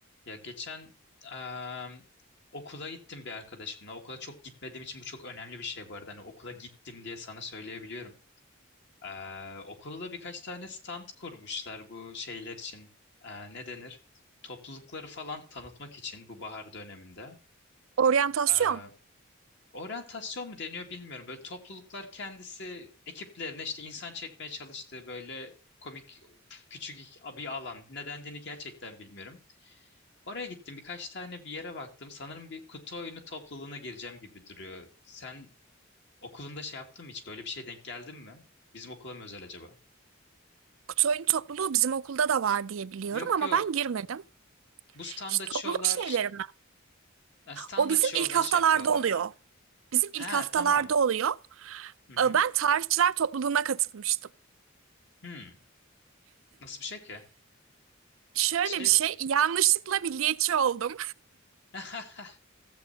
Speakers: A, on the left; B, on the right.
A: Ya geçen em, okula gittim bir arkadaşımla. Okula çok gitmediğim için bu çok önemli bir şey bu arada. Hani okula gittim diye sana söyleyebiliyorum. Ee, okulda birkaç tane stand kurmuşlar bu şeyler için. Ee, ne denir? Toplulukları falan tanıtmak için bu bahar döneminde.
B: Oryantasyon.
A: Ee, oryantasyon mu deniyor bilmiyorum. Böyle topluluklar kendisi ekiplerine işte insan çekmeye çalıştığı böyle komik küçük bir alan. Ne dendiğini gerçekten bilmiyorum. Oraya gittim birkaç tane bir yere baktım. Sanırım bir kutu oyunu topluluğuna gireceğim gibi duruyor. Sen okulunda şey yaptın mı hiç? Böyle bir şey denk geldin mi? Bizim okula mı özel acaba?
B: Kutu oyunu topluluğu bizim okulda da var diye biliyorum
A: Yok
B: ama
A: yok.
B: ben girmedim.
A: Bu stand
B: İşte
A: açıyorlar.
B: topluluk şeyleri mi?
A: Ha, Stand
B: O bizim
A: açıyorlar
B: ilk haftalarda
A: şey yapıyorlar.
B: oluyor. Bizim
A: Ha
B: ilk haftalarda
A: tamam.
B: oluyor.
A: Hı hı.
B: Ee, Ben tarihçiler topluluğuna katılmıştım.
A: Hmm. Nasıl bir şey ki?
B: Şöyle
A: Şey
B: bir şey,
A: mi?
B: yanlışlıkla milliyetçi oldum.
A: <laughs>